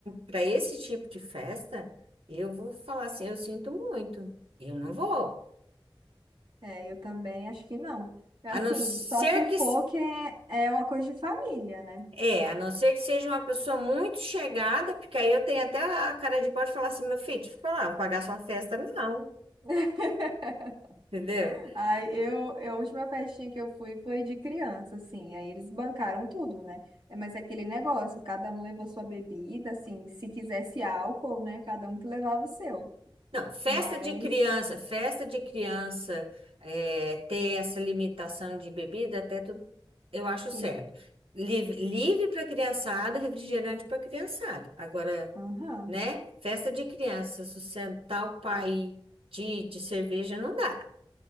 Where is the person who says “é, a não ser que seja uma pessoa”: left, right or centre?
Right